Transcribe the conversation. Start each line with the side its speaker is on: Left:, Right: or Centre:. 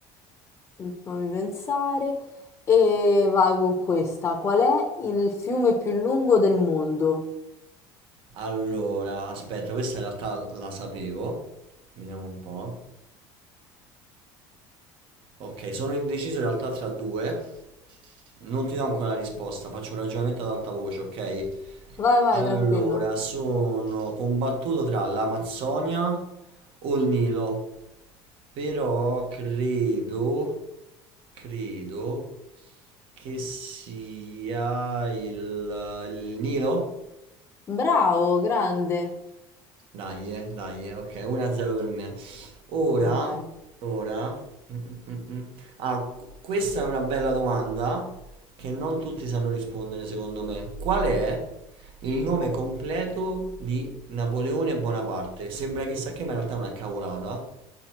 Left: mm, fammi pensare e vai con questa. Qual è il fiume più lungo del mondo?
Right: Allora, aspetta, questa in realtà la sapevo. Vediamo un po'. Ok, sono indeciso in realtà tra due. Non ti do ancora la risposta, faccio un ragionamento ad alta voce, ok?
Left: Vai, vai,
Right: Allora,
Left: tranquillo.
Right: sono combattuto tra l'Amazzonia o il Nilo. Però credo, credo che sia il, il Nilo.
Left: Bravo, grande.
Right: Dai, eh, dai, eh, ok, 1-0 per me. Ora,
Left: Vai.
Right: ora... mm, mm, mm, mm. Ah, qu- questa è una bella domanda che non tutti sanno rispondere, secondo me. Qual è il nome completo di Napoleone Bonaparte? Sembra chissà che, ma in realtà è una cavolata.